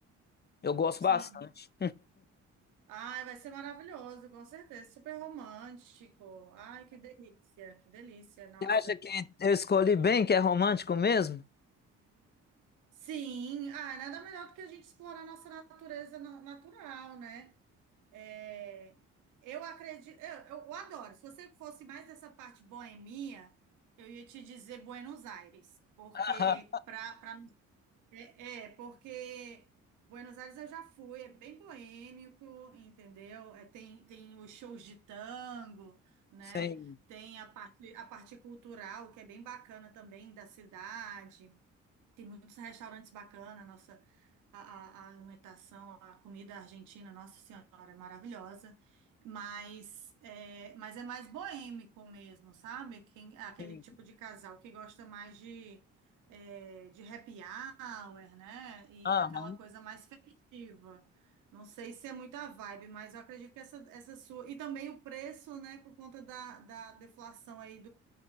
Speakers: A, on the left (about 35°); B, on the right (about 85°).
A: Eu gosto
B: Sim.
A: bastante.
B: Ai, vai ser maravilhoso, com certeza. Super romântico. Ai, que delícia, que delícia. Nossa.
A: Você acha que eu escolhi bem, que é romântico mesmo?
B: Sim, ah, nada melhor do que a gente explorar nossa natureza na- natural, né? É, eu acredito, eu, eu- adoro. Se você fosse mais dessa parte boemia, eu ia te dizer Buenos Aires, porque
A: Aham,
B: para para é, é, porque Buenos Aires eu já fui, é bem boêmico, entendeu? É, tem tem os shows de tango, né?
A: Sim,
B: Tem a parte a parte cultural que é bem bacana também da cidade. Tem muitos restaurantes bacanas, nossa, a, a- a alimentação, a comida argentina, Nossa Senhora, é maravilhosa. Mas é, mas é mais boêmico mesmo, sabe? Quem, aquele
A: sim.
B: tipo de casal que gosta mais de, é, de happy hour, né? E
A: Aham.
B: aquela coisa mais festiva. Não sei se é muita vibe, mas eu acredito que essa, essa sua. E também o preço, né? Por conta da, da deflação aí